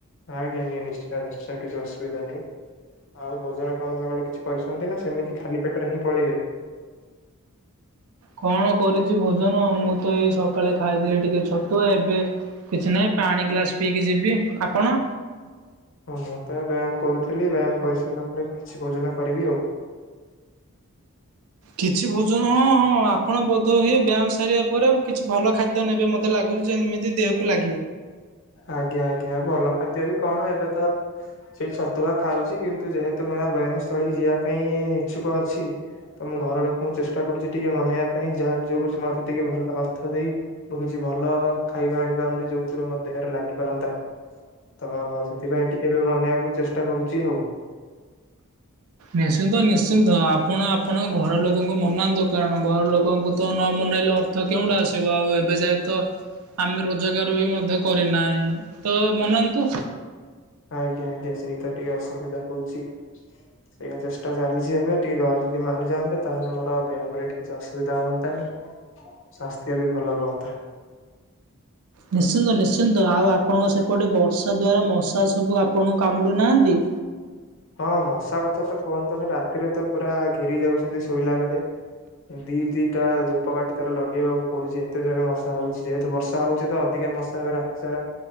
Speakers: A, on the left; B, on the right.
A: ଆଜ୍ଞା ଆଜ୍ଞା ନିଶ୍ଚୟ ନିଶ୍ଚୟ କିଛି ଅସୁବିଧା ନାହିଁ। ଆଉ ଭୋଜନ କଣ କ କିଛି କରିଛନ୍ତି ନା ସେମିତି ଖାଲି ପେଟରେ ହିଁ ପଳେଇବେ।
B: କଣ କରିଛି ଭୋଜନ ମୁଁ ତ ଏଇ ସକାଳେ ଖାଇଥିଲି ଟିକେ ଛତୁଆ। ଏବେ କିଛି ନାହିଁ। ପାଣି ଗ୍ଲାସ ପିଇକି ଯିବି। ଆପଣ?
A: ହଁ ମୁଁ ତ ବ୍ୟାୟାମ କରୁଥିଲି। ବ୍ୟାୟାମ କରିସାରିଲା ପରେ କିଛି ଭୋଜନ କରିବି ଆଉ।
B: କିଛି ଭୋଜନ ହଁ ହଁ ଆପଣ ବୋଧ ହୁଏ ବ୍ୟାୟାମ ସାରିବା ପରେ କିଛି ଭଲ ଖାଦ୍ୟ ନେବେ ମତେ ଲାଗୁଛି ଯେମିତି ଦେହକୁ ଲା
A: ଆଜ୍ଞା ଆଜ୍ଞା। ଭଲ ଖାଦ୍ୟ ବି କଣ? ଏବେ ତ ସେଇ ଛତୁଆ ଖାଉଛି କିନ୍ତୁ ଯେହେତୁ ମନ ବ୍ୟାୟାମ ସ୍ଥଳି କୁ ଯିବା ପାଇଁ ଇଛୁକ ଅଛି। ତ ମୁଁ ଘର ଲୋକଙ୍କୁ ଚେଷ୍ଟା କରୁଛି ଟିକେ ମନେଇବା ପାଇଁ। ଯାହା ଯୋଉଛି ମତେ ଟିକେ ଭଲ ଅର୍ଥ ଦେଇ ମୁଁ କିଛି ଭଲ ଖାଇବା ଆଣିପାରନ୍ତି ଯୋଉଥିରେ ମୋ ଦେହରେ ଲାଗିପାରନ୍ତା। ତ ସେଥିପାଇଁ ଟିକେ ଏବେ ମନେଇବାକୁ ଚେଷ୍ଟା କରୁଛି ଆଉ।
B: ନିଶ୍ଚିନ୍ତ ନିଶ୍ଚିନ୍ତ ଆପଣ ଆପଣଙ୍କ ଘର ଲୋକଙ୍କୁ ମନାନ୍ତୁ। କାରଣ ଘର ଲୋକଙ୍କୁ ତ ନ ନେଇଲେ ଅର୍ଥ କେଉଁଠୁ ଆସିବ। ଆଉ ଏବେ ଯାଏ ତ ଆମେ ରୋଜଗାର ବି ମଧ୍ୟ କରିନାହିଁ। ତ ମନାନ୍ତୁ।
A: ଆଜ୍ଞା ଆଜ୍ଞା ସେଇତ ଟିକେ ଅସୁବିଧା ହଉଛି। ସେଇ ଚେଷ୍ଟା ଚାଲିଛି ଏବେ ଟିକେ ଘରେ ଯଦି ମାନିଯାଆନ୍ତେ। ତାହେଲେ ମୋର ଆଉ ବ୍ୟୟାମରେ କିଛି ଅସୁବିଧା ହୁଅନ୍ତାନି। ସ୍ୱାସ୍ଥ୍ୟ ବି ଭଲ ରୁହନ୍ତା।
B: ନିଶ୍ଚିନ୍ତ ନିଶ୍ଚିନ୍ତ ଆଉ ଆପଣଙ୍କ ସେପଟେ ବର୍ଷା ମଶା ଦ୍ଵାରା ମଶା ସବୁ ଆପଣଙ୍କୁ କାମୁଡୁ ନାହାନ୍ତି?
A: ହଁ ମଶା କଥା ତ କୁହନ୍ତୁନି ରାତିରେ ତ ପୁରା ଘେରି ଯାଉଛନ୍ତି ଶୋଇଲା ବେଳେ। ଦି ଦିଟା ଧୂପକାଠି ତାର ଲଗେଇବାକୁ ପଡୁଛି। ଏତେ ଜୋରେ ମଶା ହଉଛି। ଯେହେତୁ ବର୍ଷା ହଉଛି ତ ଅଧିକା ମଶା ଏବେ ରାତି ସାରା